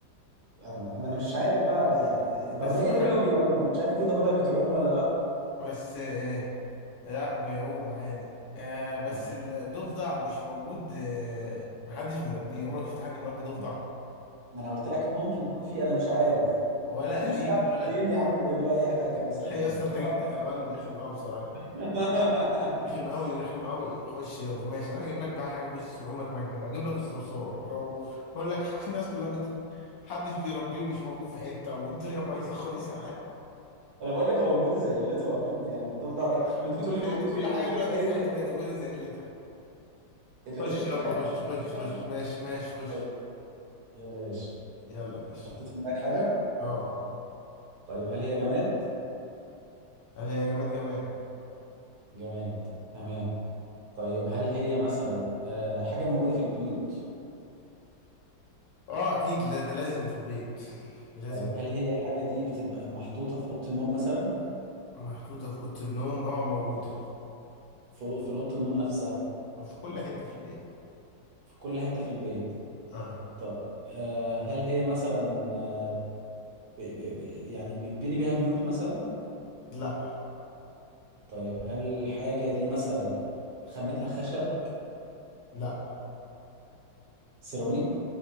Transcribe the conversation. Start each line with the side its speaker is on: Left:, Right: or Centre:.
Right: انا أما أنا مش عارف بقى أنا... برمائي
Left: بس ما
Right: ايه ده اللي
Left: حد
Right: هو بيعوم انا مش عارف في ضفادع بتعوم ولا لا
Left: بس آه، لا بيعوم عادي آه بس
Right: ما أعرف.
Left: الضفدع مش موجود آه ما حدش بيربيه عمرك شفت حد مربي ضفدع
Right: أنا- ما انا قلت لك ممكن يكون في انا مش عارف
Left: ولا
Right: اكيد
Left: أليف
Right: في يا عم
Left: ولا
Right: اتنين يا عم بيعملوا اي حاجه مثلا
Left: <laughs> هي اصلا انت
Right: ما أعرف.
Left: جبت حيوان رخم قوي بصراحة
Right: <laughs>
Left: رخم قوي رخم قوي خش يابا ماشي انا هجيب لك بقى حاجه بص عمرك ما تجيبها هجيب لك الصرصور لو بقول لك <laughs> الناس كلها بت... <laughs> محدش بيربيه ومش موجود في حته والدنيا بايظه خالص <laughs>
Right: انا بقول لك هو وجوده زي قلته هو مين يعني الضفدع ده
Left: يعني
Right: وانت
Left: وجوده
Right: بتقول
Left: زي
Right: لي موجود
Left: انت كل
Right: فين
Left: حاجه
Right: ده موجود
Left: دلوقتي
Right: في اي
Left: في حياتي
Right: حته
Left: بقت وجوده زي قلتها
Right: اللي
Left: خش
Right: هي في
Left: يابا
Right: حيوانات
Left: خش خش
Right: فعلا
Left: خش
Right: ما-
Left: ماشي ماشي خش
Right: طيب يلا يا باشا
Left: يلا يا باشا
Right: حطيت في دماغك حاجه
Left: اه
Right: طيب هل هي جماد
Left: هل هي جماد جماد
Right: جماد تمام طيب هل هي مثلا آه، حاجه موجوده في البيوت
Left: اه اكيد لا ده لازم في البيت لازم
Right: طيب
Left: في
Right: هل
Left: البيت
Right: هي الحاجة دي بتبقى محطوطة في أوضة النوم مثلا
Left: محطوطه في اوضه النوم اه موجوده
Right: في في أوضة النوم نفسها
Left: في كل حته في البيت
Right: في كل حتة في البيت
Left: اه
Right: طب آه هل هي مثلا آه ب ب ب يعني بيبني بيها بيوت مثلا
Left: لا
Right: طيب هل الحاجة دي مثلا خامتها خشب
Left: لا
Right: سيراميك